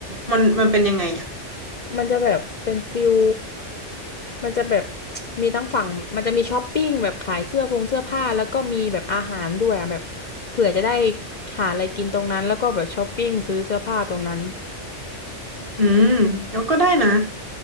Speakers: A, on the right; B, on the left.
A: มันมันเป็นยังไงอ่ะ
B: มันจะแบบเป็นฟิลมันจะแบบมีทั้งฝั่งมันจะมีช้อปปิ้งแบบขายเสื้อผงเสื้อผ้าแล้วก็มีแบบอาหารด้วยอะแบบเผื่อจะได้หาอะไรกินตรงนั้นแล้วก็แบบช้อปปิ้งซื้อเสื้อผ้าตรงนั้น
A: อืมก็ก็ได้นะ